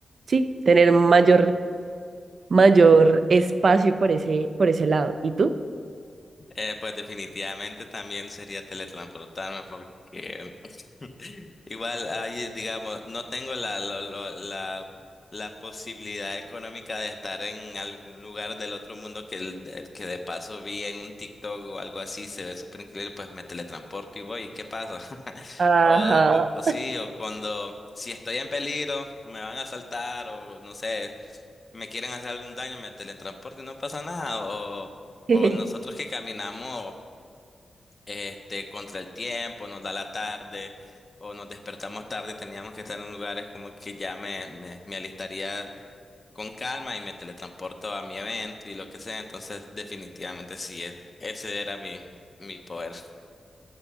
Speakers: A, on the right; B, on the left.
A: sí, tener mayor mayor espacio por ese por ese lado. ¿Y tú?
B: Eh, pues definitivamente también sería teletransportarme porque <laughs> igual ahí, digamos, no tengo la, lo- lo- la, la posibilidad económica de estar en algún lugar del otro mundo que, el- de- que de paso vi en un TikTok o algo así, se ve súper increíble, pues me teletransporto y voy, ¿y qué pasa? <laughs>
A: Ajá.
B: O, como- sí, o cuando, si estoy en peligro, me van a asaltar o no sé. me quieren hacer algún daño, me teletransporto y no pasa nada. O,
A: <laughs>
B: o nosotros que caminamos este, contra el tiempo, nos da la tarde, o nos despertamos tarde y teníamos que estar en lugares como que ya me, me, me alistaría con calma y me teletransporto a mi evento y lo que sea. Entonces, definitivamente sí, e- ese era mi, mi poder.